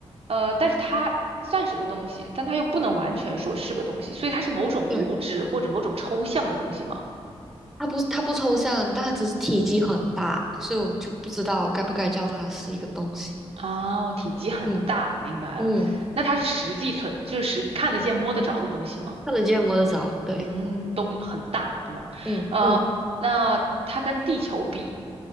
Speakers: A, on the right; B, in the centre.
A: 呃，但是它算是个东西，但它又不能完全说是个东西，所以它是某种物质或者某种抽象的东西吗？
B: 对，它不它不抽象，但它只是体积很大，所以我就不知道该不该叫它是一个东西，
A: 啊哦，体积很大，
B: 嗯
A: 明白了。
B: 嗯，
A: 那它是实际存，就是实看得见、摸得着的东西吗？
B: 看得见摸得着，对，
A: 嗯，东很大，对吗？
B: 嗯嗯，
A: 呃，那它跟地球比，